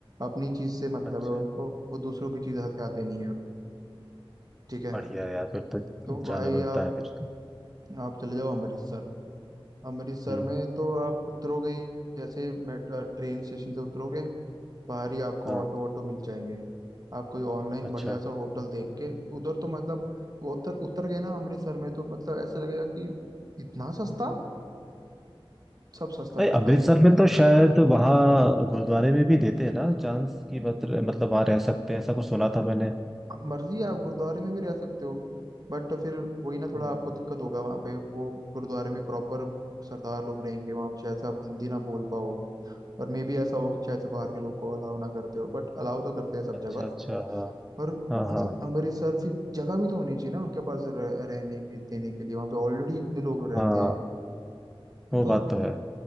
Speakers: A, on the right; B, in the centre.
A: अपनी चीज से मतलब
B: अच्छा
A: है उनको वो दूसरों की चीज हथियाते नहीं है ठीक है
B: बढ़िया यार फिर तो
A: तो
B: जाना
A: भाई
B: बनता
A: आप
B: है फिर तो
A: आप चले जाओ अमृतसर अमृतसर
B: हम्म
A: में तो आप उतरोगे ही जैसे मेट- अ, ट्रेन स्टेशन से उतरोगे बाहर ही आपको
B: हाँ
A: ऑटो वोटो मिल जाएंगे आप कोई ऑनलाइन
B: अच्छा
A: बढ़िया सा होटल देख के उधर तो मतलब उतर उतर गए ना अमृतसर में तो मतलब ऐसे लगेगा कि इतना सस्ता सब सस्ता
B: भाई
A: सस्ता
B: अमृतसर
A: है उधर
B: में तो शायद वहाँ गुरुद्वारे में भी देते हैं ना चांस की मतलब मतलब वहाँ रह सकते हैं ऐसा कुछ सुना था मैंने
A: अब मर्जी है आप गुरुद्वारे में भी रह सकते हो बट फिर वही ना थोड़ा
B: हम्म,
A: आपको दिक्कत होगा वहाँ पे वो गुरुद्वारे में प्रॉपर सरदार लोग रहेंगे वहाँ पे शायद से आप हिंदी ना बोल पाओ और मे बी ऐसा हो कि शायद से बाहर के लोग को अलाउ ना करते हो बट अलाउ तो करते हैं सब
B: अच्छा
A: जगह
B: अच्छा हाँ
A: और
B: हाँ
A: मतलब
B: हाँ
A: अमृतसर फिर जगह भी तो होनी चाहिए ना उनके पास रह, रहने की देने के लिए वहां पे ऑलरेडी इतने लोग रहते
B: हाँ
A: हैं
B: वो
A: तो
B: बात तो है